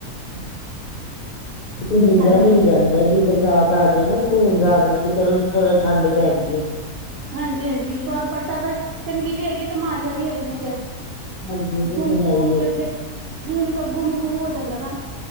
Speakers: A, on the left (about 50°); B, on the right (about 50°).
A: ਾਂ ਹਿਲ
B: ਹਾਂਜੀ,
A: ਜਾ ਮਿਲ ਜਾਂਦਾ <inaudible> ਬਰਸਾਤ ਆ ਜਾਏ ਨਾ ਸਕੂਨ ਜਾ ਆ ਜਾਂਦਾ ਕਿ ਚਲੋ ਜੀ ਠੰਡ ਪੈ ਗਈ।
B: ਹਾਂਜੀ ਹਾਂਜੀ ਪਰ ਬਰਸਾਤਾਂ ਚੰਗੀ ਵੀ ਹੈਗੀ ਹੈ ਤੇ ਮਾੜੀਆਂ ਵੀ ਹੈਗੀਆਂ ਫੇਰ।
A: ਹਾਂਜੀ
B: ਗੁੁੰਮ
A: ਜੀ ਇਹ ਤੇ ਹੈ
B: ਘੁੰਮ
A: ਹੀ ਹੈ
B: ਕਰਕੇ
A: ਜੀ
B: ਗੁਮ ਗੁੰਮ ਗੁੰਮ ਹੋ ਜਾਂਦਾ ਨਾ